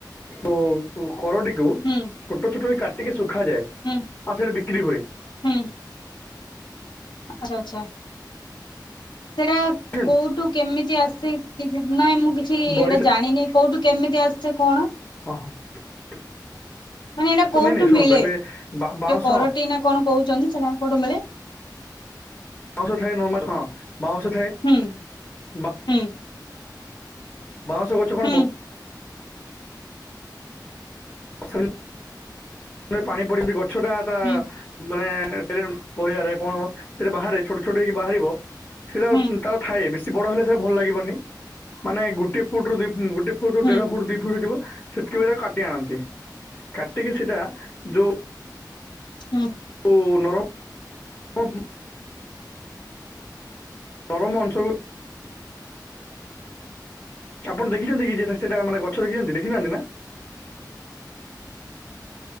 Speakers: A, on the left; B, on the left.
A: ଓ କରଟିକୁ
B: ହୁଁ
A: ଛୋଟ ଛୋଟ ବି କାଟିକି ଶୁଖାଯାଏ।
B: ହୁଁ
A: ଆଉ ସେଇଠି ବିକ୍ରି ହୁଏ।
B: ହୁଁ ଆଚ୍ଛା ଆଚ୍ଛା ସେଟା
A: ବୁଝିଛନ୍ତି
B: କୋଉଠୁ କେମିତି ଆସି କି ନାଇଁ ମୁଁ କିଛି ଏଇଟା
A: ବଢିଆ ସେ-
B: ଜାଣିନି କୋଉଠୁ କେମିତି ଆସିଛେ କଣ?
A: <unintelligible>
B: ମାନେ ଏଇଟା କୋଉଠୁ
A: ନାଇଁ ନାଇଁ ଶୁଣନ୍ତୁ
B: ମିଳେ
A: ଏବେ ବା- ବାଉଁଶ
B: ଯୋଉ କରୋଟି ନା କଣ କହୁଛନ୍ତି ସେଟା କୋଉଠୁ ମିଳେ?
A: ବାଉଁଷ ଥାଏ ନର୍ମଲ ହଁ ବାଉଁଷ ଥାଏ।
B: ହୁଁ
A: ବା-
B: ହୁଁ।
A: ବାଉଁଶ ଗଛ କଣ
B: ହୁଁ
A: ଅସ ପାଣି ପଡନ୍ତି ଗଛଟା ତା
B: ହୁଁ
A: ମାନେ ପଡିଆରେ କଣ ସେଟା ବାହାରେ ଛୋଟ ଛୋଟ ହେଇକି ବାହାରିବ ସେଇଟା
B: ହୁଁ
A: ତାର ଥାଏ ବେଶୀ ବଡ ହେଲେ ସେଇଟା ଭଲ ଲାଗିବନି ମାନେ ଗୋଟେ ଫୁଟ ରୁ ଦି ଗୋଟେ ଫୁଟୁ
B: ହୁଁ
A: ଦେଢ ଫୁଟ ବୁଡିଥିବ ସେତିକି ବେଳେ ତା କାଟି ଆଣନ୍ତି କାଟିକି ସେଇଟା ଯୋଉ
B: ହୁଁ।
A: କୁ ନର <unintelligible> ନର କଂସକୁ ଆପଣ ଦେଖିଛନ୍ତି କି ଯେଟା ସେଟା ମାନେ ଗଛ ଦେଖିଛନ୍ତି ଦେଖିନାହାନ୍ତି ନା?